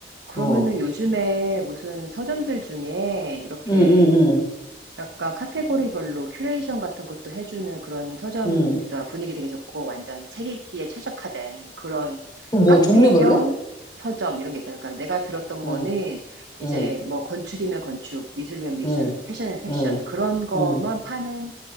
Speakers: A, on the right; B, on the left.
A: 그러면은
B: 어,
A: 요즘에 무슨 서점들 중에 이렇게
B: 음, 음,
A: 약간 카테고리별로 큐레이션 같은 것도 해주는 그런 서점이
B: 음, 음.
A: 있더라. 분위기 되게 좋고 완전 책 읽기에 최적화된 그런
B: 그 뭐
A: 카페
B: 종류별로?
A: 겸 서점 이런 게 있더라. 그러니까 내가 들었던
B: 응,
A: 거는 이제
B: 응,
A: 뭐 건축이면 건축, 미술이면 미술,
B: 응,
A: 패션이면 패션
B: 응,
A: 그런 것만
B: 응,
A: 파는